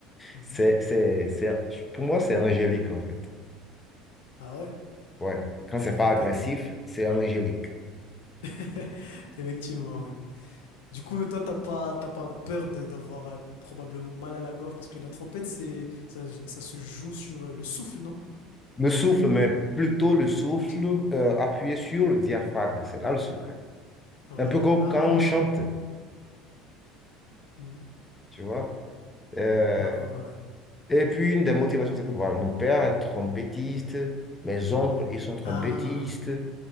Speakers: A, on the left; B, on the left.
A: Mhm.
B: c'est, c'est, c'est, pour moi, c'est angélique, en fait.
A: Ah ouais?
B: Ouais. Quand
A: La
B: c'est
A: trompette.
B: pas agressif, c'est angélique.
A: <laughs> Effectivement, oui. Du coup, toi, t'as pas, t'as pas peur de- d'avoir euh, probablement mal à la gorge parce que la trompette, c'est, ça, ça se joue sur euh, le souffle, non?
B: Le souffle, mais plutôt le souffle
A: Effectivement.
B: euh, appuyé sur le diaphragme. C'est là le secret.
A: Voilà.
B: Un peu comme
A: Ah,
B: quand on chante,
A: Mhm.
B: tu vois. Euh,
A: Ah, ouais.
B: et puis, une des motivations, c'est que voilà, mon père est trompettiste, mes oncles, ils sont trompettistes.
A: Ah,